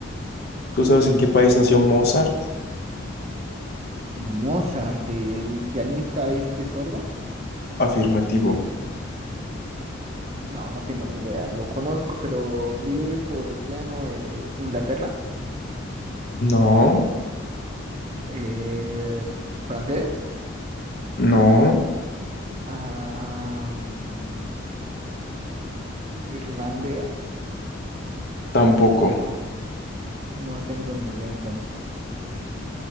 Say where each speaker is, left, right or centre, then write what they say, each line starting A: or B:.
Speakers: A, on the left; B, on the right.
A: ¿Tú sabes en qué país nació Mozart?
B: Mozart, el pianista este sordo.
A: Afirmativo.
B: No, no tengo ni idea. Lo conozco, pero diré por el piano eh, Inglaterra.
A: No,
B: Eh, francés.
A: no,
B: am, irlandés.
A: tampoco.
B: No tengo ni idea entonces.